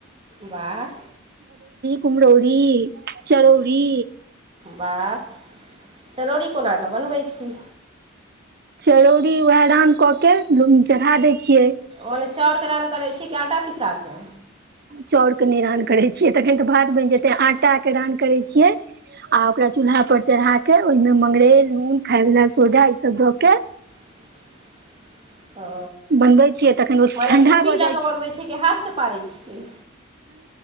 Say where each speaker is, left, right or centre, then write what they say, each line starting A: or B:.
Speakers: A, on the right; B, on the right.
A: बाह
B: कुमरौरी चरौड़ी
A: वाह चरौड़ी कोना कऽ बनबै छी
B: चरौड़ी उहै रान कऽ के चढ़ा दै छियै
A: मने चाउरके रान करैत छी कि आटा पिसा कऽ
B: चाउरके नहि रान करैत छियै तखन तऽ भात बनि जेतै आटाके रान करैत छियै आ ओकरा चूल्हापर चढ़ा कऽ ओहिमे मंगरैल नून खायवला सोडा ईसभ दऽ के
A: <inaudible> ओ
B: बनबै छियै तखन ओ
A: मने
B: ठंडा
A: खुपी
B: भऽ
A: लऽ
B: जाइ
A: कऽ बनबै छै कि हाथसँ पारै छियै